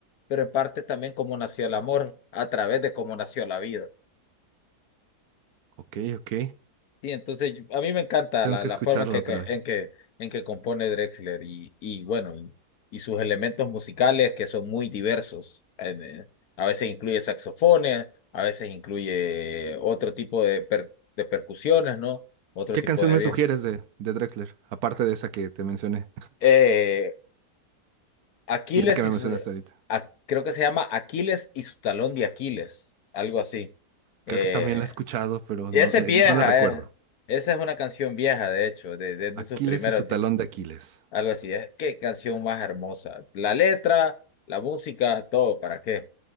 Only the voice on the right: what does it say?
Ok, ok.
Tengo
que
escucharla
otra
vez.
¿Qué
canción
me
sugieres de, de Drexler? Aparte de esa que te mencioné
y la que me
mencionaste
ahorita.
Creo
que también la he escuchado, pero
no,
ne-
no la recuerdo.
Aquiles
y su talón de Aquiles.